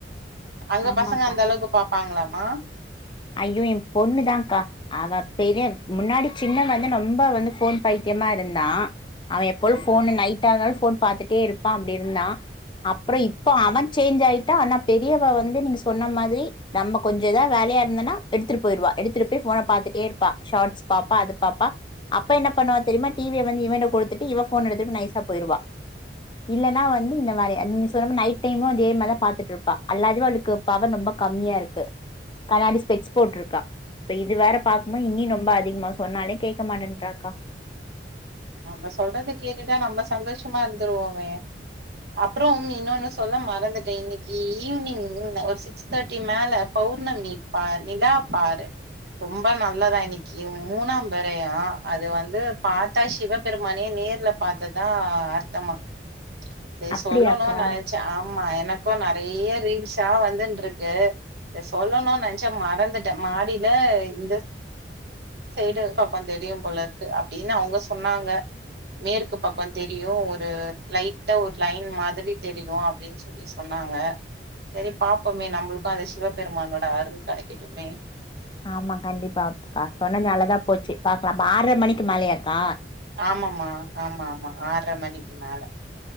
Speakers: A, on the right; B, on the left.
A: அங்க
B: ஆமாக்கா
A: பசங்க அந்த அளவுக்கு பாப்பாங்களாமா
B: ஐயோ என் பொண்ணு தா கா அவ பெரிய முன்னாடி சின்ன வந்து ரொம்ப வந்து ஃபோன் பைத்தியமா இருந்தா அவன் எப்போழு ஃபோனு நைட் ஆனாலு ஃபோன் பாத்துட்டே இருப்பா அப்டி இருந்தா அப்புற இப்ப அவன் சேஞ்ச் ஆயிட்டா ஆனா பெரியவ வந்து நீங்க சொன்ன மாதிரி நம்ம கொஞ்ச இதா வேலையா ந்தனா எடுத்துட்டு போயிடுவா எடுத்துட்டு போய் ஃபோன பாத்துட்டே இருப்பா ஷார்ட்ஸ் பாப்பா அது பாப்பா அப்ப என்ன பண்ணுவா தெரிமா டிவிய வந்து இவன்ட கொடுத்துட்டு இவ ஃபோன எடுத்துட்டு நைசா போய்டுவா இல்லேனா வந்து இந்த மாரி நீ சொன்ன மாரி நைட் டைமு இதே மாரி தா பாத்துட்டு இருப்பா அல்லாது அவளுக்கு பவன் ரொம்ப கம்மியா இருக்கு கண்ணாடி ஸ்பெக்ஸ் போட்ருக்கா இப்ப இது வேற பாக்குபோ இனி ரொம்ப அதிகமா சொன்னாலே கேக்க மாட்டேன்றாக்கா
A: நம்ம சொல்றத கேட்டுட்டா நம்ப சந்தோஷமா இருந்துருவோமே அப்புறம் இன்னொன்னு சொல்ல மறந்துட்டே இன்னைக்கு ஈவினிங் ஒரு சி சிக்ஸ் தேட்டி மேல பௌர்ணமி பா நிலா பாரு ரொம்ப நல்ல தா இன்னைக்கு மூணாம் பிரையா அது வந்து பா தா சிவபெருமானே நேர்ல பாத்ததா அர்த்தமா இது
B: அப்படியாக்கா
A: சொல்லணுனு நெனைச்சே ஆமா எனக் க்கு நெறைய ரீல்ஸா வந்துன்டு இருக்கு இ சொல்லணு நெ ச மறந்துட்டே மாடில இத சைடு பாப்பன் தெரியும் போல இருக்கு அப்டின்னு அவுங்க சொன்னாங்க மேற்கு பக்கம் தெரியு ஒரு லைட்டா ஒரு லைன் மாதிரி தெரியு அப்டின் சொ அப்டி சொன்னாங்க சரி பாப்போமே நம்மளுக்கு அந்த சிவபெருமானோட அருள் கெடைக்கட்டுமே
B: ஆமா கண்டிப்பா அக்கா சொன்னது நல்லதா போச்சு பாக்கலாம் ஆறரை மணிக்கு மேலையாக்கா
A: ஆமா மா ஆமா ஆமா ஆற மணிக்கு மேல